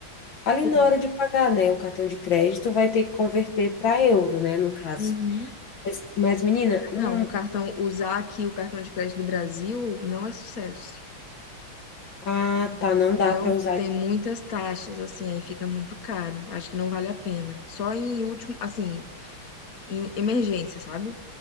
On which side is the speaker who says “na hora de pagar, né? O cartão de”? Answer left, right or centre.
Left